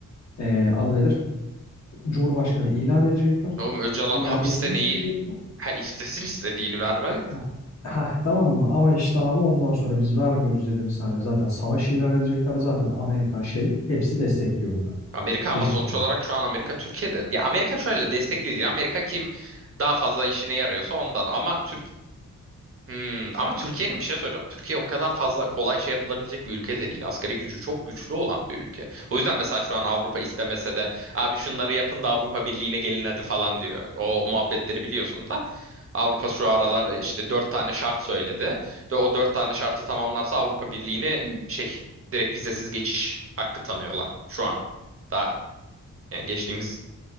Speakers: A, on the left (about 55°); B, on the right (about 45°).
A: E, adı nedir? Cumhurbaşkanı ilan edecekler.
B: Oğlum Öcalan
A: İadesini
B: hapiste
A: isteyecekler.
B: neyi ha istesin istediğini vermez
A: Heh. Heh, tamam mı? Ama işte abi ondan sonra biz vermiyoruz dedim sana. Zaten savaş ilan edecekler. Zaten Amerika şey hepsi destekliyor bunları.
B: Amerika
A: Teşekkür
B: ama sonuç
A: ederim.
B: olarak şu an Amerika Türkiye'de. Ya Amerika şöyle destekli değil. Amerika kim daha fazla işine yarıyorsa ondan. Ama Türk Hmm, ama Türkiye'nin bir şey söyleyeceğim. Türkiye o kadar fazla kolay şey yapılabilecek bir ülke de değil. Asgari gücü çok güçlü olan bir ülke. O yüzden mesela şu an Avrupa istemese de abi şunları yapın da Avrupa Birliği'ne gelin hadi falan diyor. O muhabbetleri biliyorsun da. Avrupa şu aralar e, işte dört tane şart söyledi. Ve o dört tane şartı tamamlarsa Avrupa Birliği'ne ü- şey direkt vizesiz geçiş hakkı tanıyorlar şu an. Daha yani geçtiğimiz